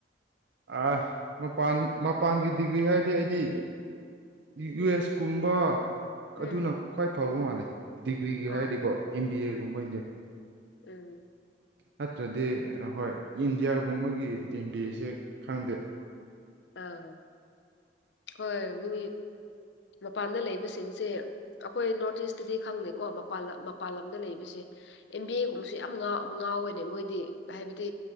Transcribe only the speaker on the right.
ꯑꯥ ꯃꯄꯥꯟ ꯃꯄꯥꯟꯒꯤ ꯗꯤꯒ꯭ꯔꯤ ꯍꯥꯏꯔꯗꯤ ꯑꯩꯗꯤ ꯌꯨ ꯑꯦꯁ ꯀꯨꯝꯕ
ꯑꯗꯨꯅ ꯈ꯭ꯋꯥꯏ ꯐꯕ ꯃꯥꯜꯂꯦ ꯗꯤꯒ꯭ꯔꯤꯒꯤ
ꯍꯥꯏꯔꯗꯤꯀꯣ ꯑꯦꯝ ꯕꯤ ꯑꯦꯒꯨꯝꯕꯩ
ꯂꯩ
ꯅꯠꯇ꯭ꯔꯗꯤ ꯍꯣꯏ ꯏꯟꯗꯤꯌꯥꯒꯨꯝꯕꯒꯤ ꯏꯟꯗꯤꯁꯦ ꯈꯪꯗꯦ